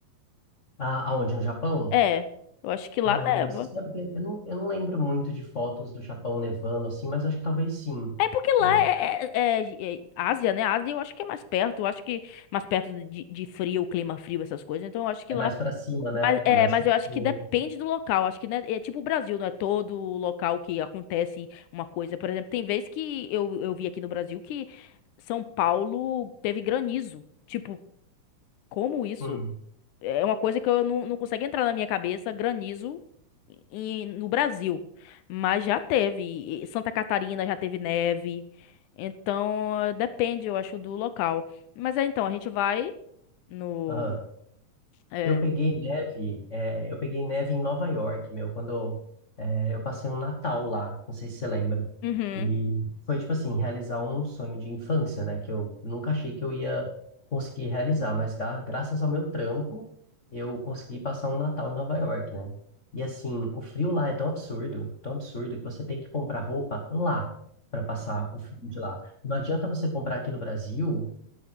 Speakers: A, on the left; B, on the left.
A: Ah, aonde? No Japão?
B: É, eu acho que lá
A: Ai,
B: neva.
A: meu, você sabe que eu não, eu não lembro muito de fotos do Japão nevando assim, mas acho que talvez sim,
B: É porque lá
A: né?
B: é, é- é- é é Ásia, né? Ásia eu acho que é mais perto, eu acho que mais perto de, de frio, clima frio, essas coisas. Então eu acho que
A: É
B: lá
A: mais pra cima, né?
B: Mas,
A: É
B: é,
A: mais
B: mas
A: pra
B: eu
A: cima.
B: acho que depende
A: né?
B: do local. Acho que né, é é tipo o Brasil, não é todo local que acontece uma coisa. Por exemplo, tem vezes que eu, eu vi aqui no Brasil que São Paulo teve granizo. Tipo, como isso?
A: Hum,
B: É uma coisa que eu não, não consigo entrar na minha cabeça, granizo em- no Brasil. Mas já teve. E Santa Catarina já teve neve. Então, eh, depende, eu acho, do local. Mas é, então, a gente vai no.
A: aham.
B: é,
A: Eu peguei neve, é, eu peguei neve em Nova York, meu, quando eu, é, eu passei um Natal lá, não sei se você lembra.
B: uhum.
A: E foi tipo assim, realizar um sonho de infância, né? Que eu nunca achei que eu ia conseguir realizar, mas gra- graças ao meu trampo, eu consegui passar um Natal em Nova York, né? E assim, o frio lá é tão absurdo, tão absurdo, que você tem que comprar roupa lá para passar o frio de lá. Não adianta você comprar aqui no Brasil.